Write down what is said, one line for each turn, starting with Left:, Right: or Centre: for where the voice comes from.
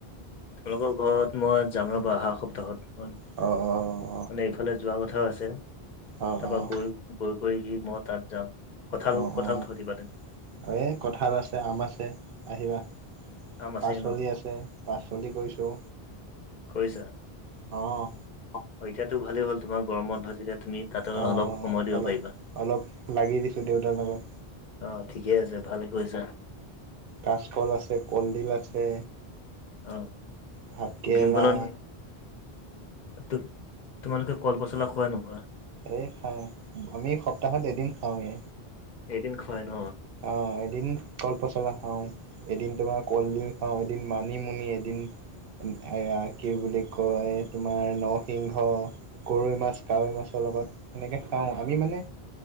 Left: তোমালোকৰ ঘৰত মই যাম ৰ'বা আহা সপ্তাহত।
Right: অঁ, অঁ।
Left: মানে এইফালে যোৱা কথাও আছে,
Right: অ',
Left: তাৰপা
Right: অ',
Left: গৈ গৈ কৰি মই তাত যাম। কঁঠাল
Right: অঁ,
Left: কঁঠাল
Right: অঁ
Left: থৈ দিবা তুমি
Right: আৰু এই কঠাল আছে আম আছে আহিবা।
Left: আম আছেই
Right: পাচলি
Left: ন
Right: আছে পাচলি কৰিছো
Left: কৰিছা?
Right: অঁ।
Left: অ' এতিয়াতো ভালেই হ'ল তোমাৰ গৰম বন্ধ যেতিয়া তুমি। তাতে
Right: অঁ,
Left: অলপ
Right: অঁ
Left: সময় দিব
Right: অলপ
Left: পাৰিবা।
Right: অলপ লাগি দিছোঁ দেউতাৰ লগত।
Left: অ' ঠিকে আছে ভালে কৰিছা।
Right: কাচকল আছে কলডিল আছে
Left: অ'
Right: ভাতকেৰেলা
Left: ভীমকলত তো তোমালোকে কল পচলা খোৱানে নোখোৱা?
Right: এই খাওঁ, আমি সপ্তাহত এদিন খাওঁৱে।
Left: এদিন খোৱাই ন?
Right: অঁ এদিন কল পচলা খাওঁ। এদিন তোমাৰ কলডিল খাওঁ এদিন মানিমুনি এদিন এইয়া কি বুলি কয় তোমাৰ নৰসিংহ গৰৈ মাছ কাৱৈ মাছৰ লগত সেনেকে পাওঁ, আমি মানে